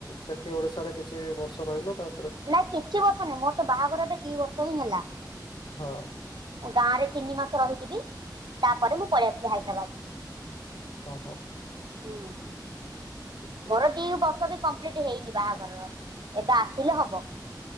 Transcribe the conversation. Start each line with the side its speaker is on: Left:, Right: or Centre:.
Left: ସେଠି ଓଡ଼ିଶାରେ କିଛି ବର୍ଷ ରହିଲ ତା
Right: ନାଇଁ କିଛି ବର୍ଷ ନାହିଁ ମୋର ତ ବାହାଘର ଏବେ ଦି ବର୍ଷ ହିଁ ହେଲା।
Left: ହଁ
Right: ଗାଁରେ ତିନି ମାସ ରହିଯିବି ତାପରେ ମୁଁ ପଳେଇ ଆସିଲି ହାଇଦ୍ରାବାଦ।
Left: ଓ ହୋ।
Right: ହୁଁ
Left: ଠିକ
Right: ଘରେ ଦି ବର୍ଷ ବି କମ୍ପ୍ଲିଟ ହେଇନି ବାହାଘରର ଏବେ ଆସିଲେ ହବ।